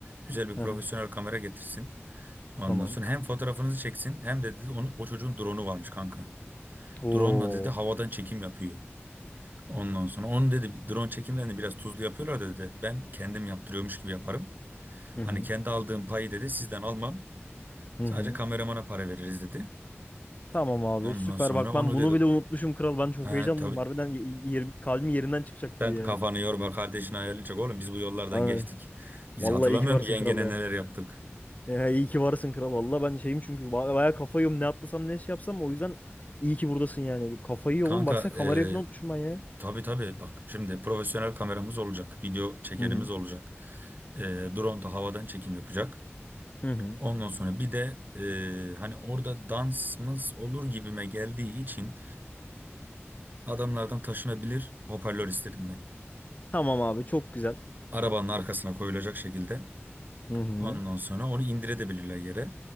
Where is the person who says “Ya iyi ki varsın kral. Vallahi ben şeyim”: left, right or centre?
Left